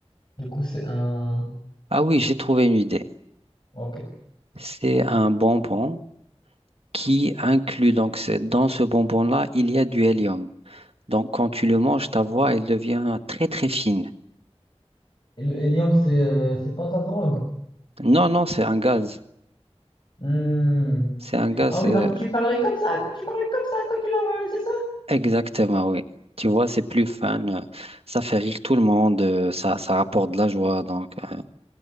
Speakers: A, on the left (about 45°); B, on the right (about 60°).
A: Du coup, c'est un
B: Ah oui, j'ai trouvé une idée.
A: Ok.
B: C'est un bonbon qui inclut, donc c'est- dans ce bonbon-là, il y a du hélium. Donc quand tu le manges, ta voix, elle devient très très fine.
A: Et le hélium, c'est euh, c'est pas de la drogue.
B: Non, non, c'est un gaz.
A: Hmm.
B: C'est un gaz,
A: Ah oui,
B: euh,
A: donc tu parlais comme ça, tu parlais comme ça quand tu l'avales, c'est ça?
B: exactement, oui. Tu vois, c'est plus fun. euh, Ça fait rire tout le monde. euh, Ça, ça rapporte de la joie. Donc, euh,